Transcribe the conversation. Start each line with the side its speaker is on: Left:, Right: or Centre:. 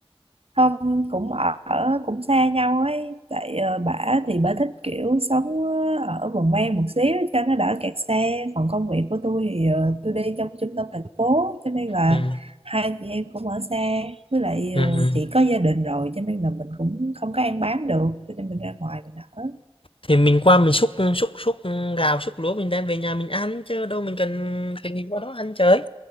Right: không cũng ở cũng xa nhau ấy tại ờ, bả thì bả thích kiểu sống ờ, ở vùng ven một xíu cho nó đỡ kẹt xe còn công việc của tôi thì ờ, tôi đi trong trung tâm thành phố cho nên là
Left: Ừm,
Right: hai chị em cũng ở xa với lại
Left: ừm,
Right: ờ,
Left: ừm.
Right: chị có gia đình rồi cho nên là mình cũng không có ăn bám được cho nên mình ra ngoài mình ở
Left: Thì mình qua mình xúc xúc xúc gạo, xúc lúa mình đem về nhà mình ăn chứ đâu mình cần cần gì qua đó ăn trời.